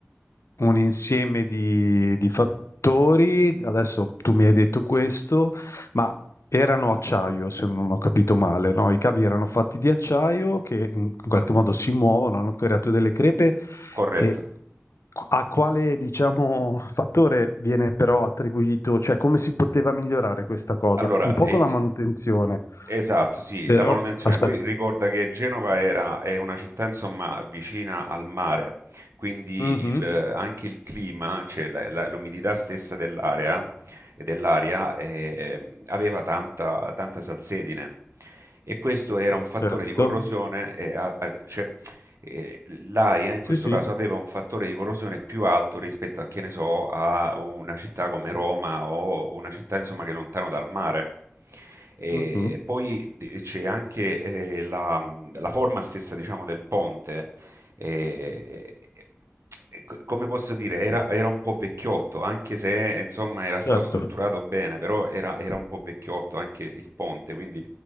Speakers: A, on the left (about 80°); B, on the right (about 70°).
A: un insieme di, di fattori. Adesso tu mi hai detto questo, ma erano acciaio, se non ho capito male, no? I cavi erano fatti di acciaio che in qualche modo si muovono, hanno creato delle crepe
B: Corretto.
A: e a quale, diciamo, fattore viene però attribuito, cioè come si poteva migliorare questa cosa?
B: Allora,
A: Un po'
B: e
A: con
B: il-
A: la manutenzione,
B: esatto, sì,
A: però
B: la manutenzione.
A: aspetta.
B: Poi ricorda che Genova era, è una città, insomma, vicina al mare, quindi
A: Mhm,
B: il- anche il clima, cioè la- la- l'umidità stessa dell'area, e dell'aria, ehm, aveva tanta, tanta salsedine. E questo era un fattore
A: certo.
B: di corrosione, e a- a- cioè eh, l'aria in
A: Sì,
B: questo
A: sì.
B: caso aveva un fattore di corrosione più alto rispetto a, che ne so, a una città come Roma o una città insomma che è lontano dal mare. E
A: Mhm,
B: poi d- c'è anche eh, la, la forma stessa, diciamo, del ponte. eh, eh, co- come posso dire, era, era un po' vecchiotto, anche se insomma era stato
A: certo.
B: strutturato bene, però era, era un po' vecchiotto anche il ponte, quindi